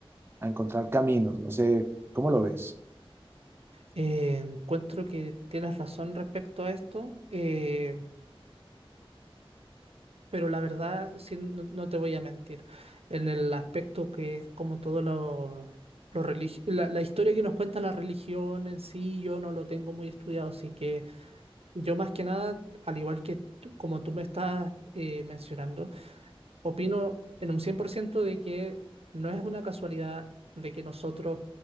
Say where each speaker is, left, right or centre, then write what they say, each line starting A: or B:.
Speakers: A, on the right; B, on the right.
A: a encontrar caminos, no sé, ¿cómo lo ves?
B: Eh, encuentro que tienes razón respecto a esto. Eh, Pero la verdad, sí, no, no te voy a mentir, en el aspecto que es como todo lo, lo religi- la, la historia que nos cuenta la religión en sí, yo no lo tengo muy estudiado, así que yo más que nada, al igual que tú- como tú me estás eh, mencionando, opino en un 100% de que no es una casualidad de que nosotros